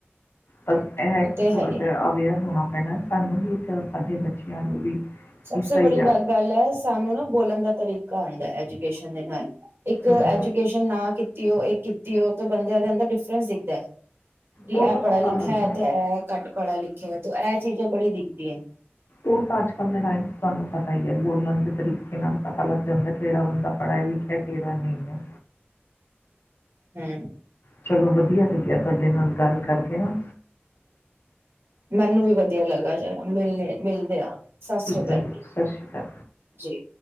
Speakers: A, on the left; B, on the right.
A: ਬਸ ਐਹ ਹੈ
B: ਉਹ
A: ਕਿ
B: ਤੇ
A: ਥੋੜਾ
B: ਹੀ
A: ਜਿਆ ਅਵੇਅਰ ਹੋਣਾ। ਹੈ ਨਾ ਸਾਨੂੰ ਵੀ ਤੇ ਆ ਸਾਡੇ ਬੱਚਿਆਂ ਨੂੰ ਵੀ।
B: ਸਭਸੇ
A: ਕਿ ਸਹੀ
B: ਬੜੀ
A: ਆ।
B: ਗ ਗੱਲ ਐ, ਸਾਨੂੰ ਨਾ ਬੋਲਣ ਦਾ ਤਰੀਕ ਕਾ ਹਦੈਂ ਐਜੂਕੇਸ਼ਨ ਦੇ ਨਾਲ। ਇੱਕ
A: ਹਮ।
B: ਐਜੂਕੇਸ਼ਨ ਨਾ ਕੀਤੀ ਉਹ ਇੱਕ ਕੀ ਤੇ ਉਹ ਤ ਬੰਦਿਆਂ ਦੇ ਅੰਦਰ ਡਿਫਰੈਂਸ ਦਿਖਦੈ ਕਿ
A: ਉਹ ਤਾਂ
B: ਐ
A: ਪਤਾ
B: ਪੜ੍ਹਾ ਲਿਖਿਐ
A: ਲੱਗਦਾ।
B: ਤੇ ਐ ਘੱਟ ਪੜਾ ਲਿਖਿਐ। ਤੋ ਐਹ ਚੀਜ਼ਾਂ ਬੜੀ ਦਿਖਦੀਐਣ।
A: ਔ ਤਾਂ ਅੱਜ ਕੱਲ੍ਹ ਦੇ ਟਾਈਮ ਚ ਤੁਹਾਨੂੰ ਪਤਾ ਈ ਹੈ ਬੋਲਣ ਦੇ ਤਰੀਕੇ ਨਾਲ ਪਤਾ ਲੱਗ ਜਾਂਦੈ, ਕਿਹੜਾ ਬੰਦਾ ਪੜ੍ਹਿਆ ਲਿਖਿਆ ਹੈ, ਕਿਹੜਾ ਨਹੀਂ ਹੈ।
B: ਹੂ
A: ਚਲੋ ਵਧੀਆ ਲੱਗਿਐ ਤੁਹਾਡੇ ਨਾਲ ਗੱਲ ਕਰਕੇ ਨਾ।
B: ਮੈਨੂੰ ਵੀ ਵਧੀਆ ਲੱਗਾ ਜਰਾ ਹੁਣ ਮਿਲਣੇ ਮਿਲਦੇ ਆ। ਸਤ
A: ਠੀਕ
B: ਸ੍ਰੀ ਅਕਾਲ
A: ਹੈ
B: ਜੀ।
A: ਸਤਿ ਸ਼੍ਰੀ ਅਕਾਲ
B: ਜੇ।